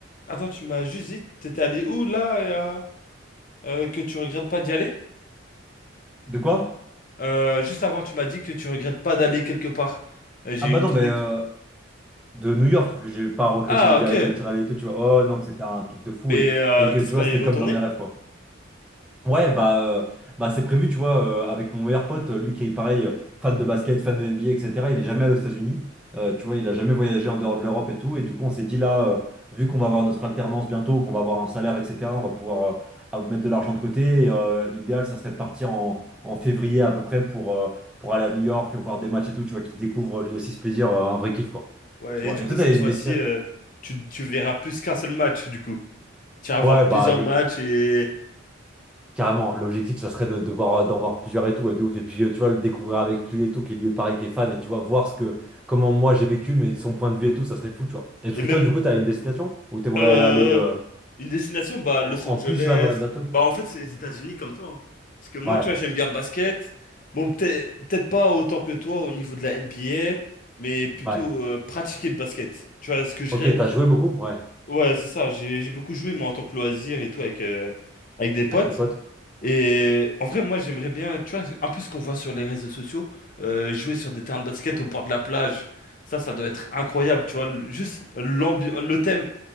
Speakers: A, on the left; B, in the centre.
A: attends, tu m'as juste dit, t'étais allé où là, et, euh, euh, que tu regrettes pas d'y aller?
B: De quoi?
A: Euh, juste avant, tu m'as dit que tu regrettes pas d'aller quelque part. Euh, J'ai
B: Ah bah
A: une
B: non,
A: petite...
B: mais
A: déc-
B: euh, de New York, que j'ai pas regretté
A: Ah,
B: d'y
A: ok.
B: d'être allé et tout, tu vois. Oh non, que c'était un truc de fou,
A: Mais
B: et,
A: euh,
B: et que
A: t'espères
B: tu vois, c'était
A: y retourner?
B: comme dans mes rêves quoi. Ouais, bah, euh, bah c'est prévu, tu vois, euh, avec mon meilleur pote, euh, lui qui est pareil, euh, fan de basket, fan de NBA, etc. Il est jamais allé aux États-Unis, Euh, tu vois, il a jamais voyagé en dehors de l'Europe et tout. Et du coup, on s'est dit là, euh, vu qu'on va avoir notre alternance bientôt, qu'on va avoir un salaire, etc., on va pouvoir euh, à- mettre de l'argent de côté. Et, euh, l'idéal, ça serait de partir en, en février à peu près pour, euh, pour aller à New York, voir des matchs et tout, tu vois, qui découvre lui aussi ce plaisir, euh, un vrai kiff, quoi.
A: Ouais,
B: Tu vois,
A: et du
B: et
A: coup,
B: toi,
A: cette
B: t'as une
A: fois-ci,
B: destination.
A: euh, tu, tu verras plus qu'un seul match, du coup. Tu vas
B: Ouais,
A: voir plusieurs
B: bah, le...
A: matchs et,
B: Carrément, l'objectif, ça serait de, de voir, d'en voir plusieurs et tout, ouais, de ouf. Et puis, euh, tu vois, le découvrir avec lui et tout, qui lui paraît qui est fan, et tu vois, voir ce que, comment moi j'ai vécu, mais de son point de vue et tout, ça serait fou, tu vois. Et parce
A: et
B: que
A: même
B: toi, du coup, t'as une destination où t'aimerais
A: euh,
B: aller euh,
A: une destination, bah,
B: en,
A: Los Angeles.
B: en plus là, bah, bientôt?
A: Bah, en fait, c'est les États-Unis comme toi. hein. Parce que moi,
B: Ouais,
A: tu vois, j'aime bien le basket. Bon, peut-être peut-être pas autant que toi au niveau de la NBA, mais plutôt
B: ouais.
A: euh, pratiquer le basket. Tu vois, ce que je
B: Ok,
A: dirais.
B: t'as joué beaucoup? Ouais,
A: Ouais, c'est ça. J'ai j'ai beaucoup joué, mais en tant que loisir et tout, avec, euh, avec des potes.
B: avec tes potes?
A: Et en vrai, moi, j'aimerais bien, tu vois, un peu ce qu'on voit sur les réseaux sociaux, euh, jouer sur des terrains de basket au bord de la plage. Ça, ça doit être incroyable, tu vois. le- Juste l'ambiance, le thème.